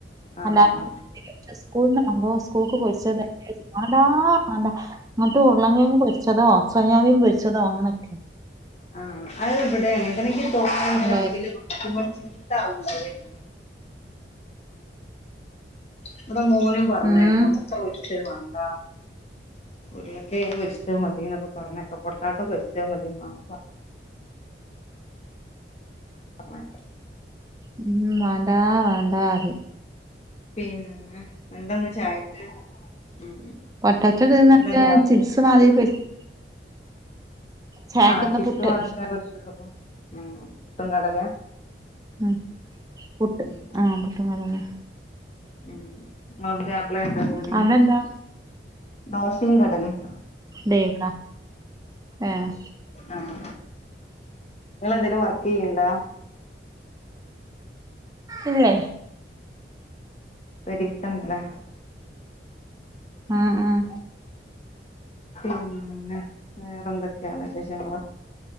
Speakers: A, on the left; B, on the right.
A: ആഹ്
B: അല്ല
A: ആഹ്
B: <unintelligible> സ്കൂൾന്ന് അവുമ്പോ സ്കൂൾക്ക് പൊരിച്ചെ <unintelligible> മാണ്ടാ മാണ്ടാ ഇന്നട്ട് ഉരുളക്കെഴങ്ങ് പൊരിച്ചതോ സോയാബീൻ പൊരിച്ചതോ അങ്ങനൊക്കെ
A: ആഹ് അത് ഇവിടെ അങ്ങനെത്തന്നെ ഇനിക്ക് തോന്നണത് ഇങ്ങനെ
B: കൊണ്ടോവല്
A: ഇതില് വെക്കുമ്പോ ചീത്താവുന്ന്ണ്ടാവായിരിക്കും ഇവിടെ മോനും പറഞ്ഞേക്കാം
B: ഉം
A: മുട്ട് മുട്ട പൊരിച്ചത് മാണ്ട ഉരുളക്കെഴങ്ങ് പൊരിച്ചത് മതീന്നൊക്കെ പറഞ്ഞേക്കാ പൊട്ടാറ്റോ പൊരിച്ചത് മതി ഉമ്മാ <unintelligible> പറഞ്ഞ കേക്കാം
B: ഉം വേണ്ടാ വേണ്ടാ പറയും
A: പിന്നെ എന്താ ഇന്ന് ചായക്ക് ഉം
B: പൊട്ടറ്റോ <unintelligible>
A: എന്താന്ന്
B: ചിപ്സ് മാതിരി പൊരിച്ച് ചായക്ക്ന്ന്
A: ആഹ് ചിപ്സ്
B: പുട്ട്
A: മാതിരി <unintelligible> ഉം പുട്ടും കടലയാ
B: ഉം പുട്ട്
A: ഉം
B: ആഹ് പുട്ടും കടലേം
A: ഉം ഉം ഇങ്ങളെ പുതിയാപ്പളക്ക് എന്താ ജോലി
B: അവിടെ എന്താ
A: ദോശയും കടലയും
B: ഡെയിവറാ ഏഹ്
A: ആഹ് ഇങ്ങളെന്തേലും വർക്ക് ചെയ്യണ്ടാ?
B: ഇല്ലേ
A: പെരിയത്തന്ന ല്ലേ
B: ഉം ഉം
A: പിന്നെ വേറെ എന്തൊക്കെയാണ് വിശേഷങ്ങള്?